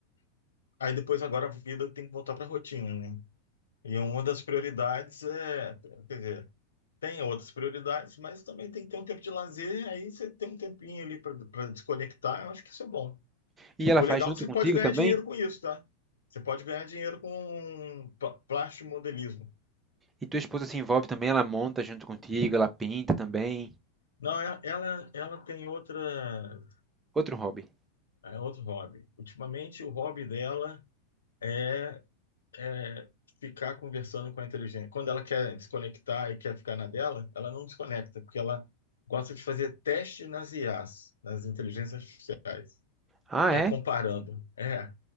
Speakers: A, on the left; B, on the right.
A: Aí depois agora a vida tem que voltar para a rotina, né? E uma das prioridades é, quer dizer, tem outras prioridades, mas também tem que ter um tempo de lazer, aí você tem um tempinho ali para desconectar, eu acho que isso é bom.
B: E ela
A: O
B: faz
A: legal
B: junto
A: é que você
B: contigo
A: pode ganhar
B: também?
A: dinheiro com isso, tá? Você pode ganhar dinheiro com pla- plástica modelismo.
B: E tua esposa se envolve também, ela monta junto contigo, ela pinta também.
A: Não, é- ela, ela tem outra
B: Outro hobby.
A: É outro hobby. Ultimamente, o hobby dela é, é ficar conversando com a inteligência. Quando ela quer desconectar e quer ficar na dela, ela não desconecta, porque ela gosta de fazer teste nas IAs, nas inteligências artificiais.
B: Ah,
A: Ficar
B: é?
A: comparando. É.